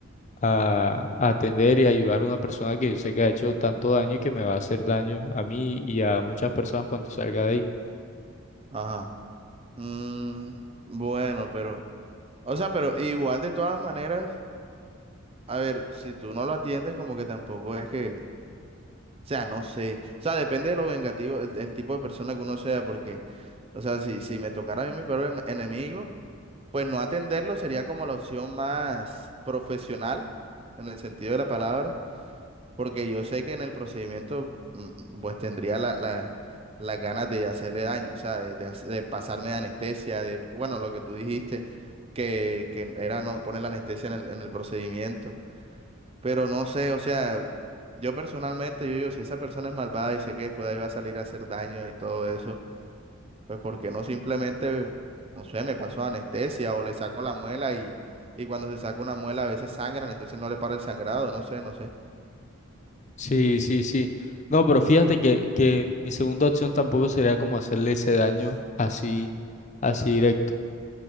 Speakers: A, on the left; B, on the right.
A: a- a atender y ayudar a una persona que yo sé que ha hecho tanto daño y que me va a hacer daño a mí y a muchas personas cuando salga de ahí.
B: Ajá. Mm, bueno, pero, o sea, pero igual de todas maneras, a ver, si tú no lo atiendes, como que tampoco es que, o sea, no sé, o sea, depende de lo vengativo, el, el tipo de persona que uno sea, porque, o sea, si, si me tocara a mí mi peor en- enemigo, pues no atenderlo sería como la opción más profesional, en el sentido de la palabra. porque yo sé que en el procedimiento mm, pues tendría la, la- las ganas de hacerle daño, o sea, de, de hace- de pasarme de anestesia, de, bueno, lo que tú dijiste, que, que era no poner la anestesia en el, en el procedimiento, pero no sé, o sea, yo personalmente, yo digo, si esa persona es malvada y sé que después de ahí va a salir a hacer daño y todo eso, pues ¿por qué no simplemente, no sé, me pasó anestesia o le saco la muela y, y cuando se saca una muela a veces sangran, entonces no le para el sangrado, no sé, no sé.
A: Sí, sí, sí. No, pero fíjate que, que mi segunda opción tampoco sería como hacerle ese daño así, así directo.